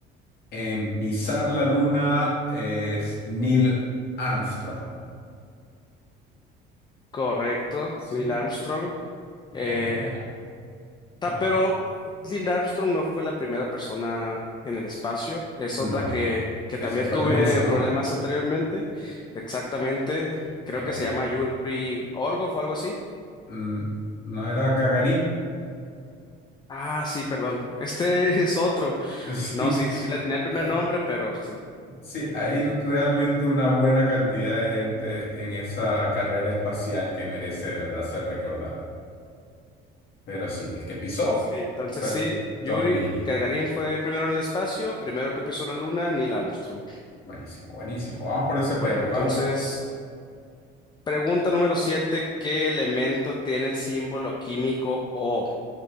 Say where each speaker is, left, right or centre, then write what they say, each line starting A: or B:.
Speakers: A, on the left; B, on the left.
A: En pisar la luna es Neil Armstrong.
B: Correcto,
A: Sí.
B: Neil Armstrong.
A: Buena,
B: Eh,
A: buena.
B: Ta-
A: Oh,
B: Pero Linda Armstrong no fue la primera persona en el espacio. Es
A: no,
B: otra que, que
A: ese
B: también
A: fue
B: tuve
A: el ruso,
B: problemas
A: ¿no?
B: anteriormente. Exactamente. Creo
A: Eh,
B: que se llama Yuri Orgov o algo así.
A: mm, ¿no era Gagarin?
B: Ah, sí, perdón. Este <laughs> es otro.
A: <laughs> Sí,
B: No, sí, sí la tenía
A: eh,
B: el primer nombre, pero sí.
A: sí, hay realmente una buena cantidad de gente en esa carrera espacial que merece, de verdad, ser recordada. Pero sí, el que pisó
B: Sí, entonces
A: fue
B: sí,
A: Don
B: Yuri
A: Neil.
B: Gagarin fue el primero en el espacio, primero que pisó la luna, Neil Armstrong.
A: Buenísimo, buenísimo. Vamos por ese
B: Bueno,
A: premio,
B: entonces,
A: vamos.
B: pregunta número siete, ¿qué elemento tiene el símbolo químico O?